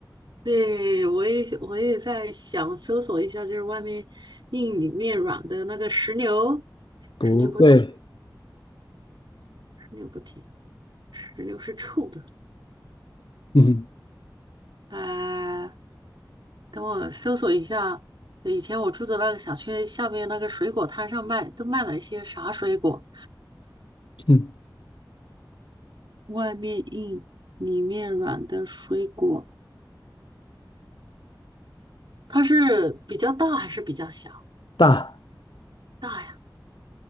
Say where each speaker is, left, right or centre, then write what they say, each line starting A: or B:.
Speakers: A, on the right (about 80°); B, on the left (about 80°).
A: 对，我也我也在想搜索一下，就是外面硬里面软的那个石榴，哎石榴不甜，
B: 不对，
A: 石榴不甜，石榴是臭的。
B: 嗯
A: 呃，等我搜索一下，以前我住的那个小区下面那个水果摊上卖，都卖了一些啥水果？
B: 嗯，
A: 外面硬里面软的水果，它是比较大还是比较小的呢？
B: 大，
A: 大呀。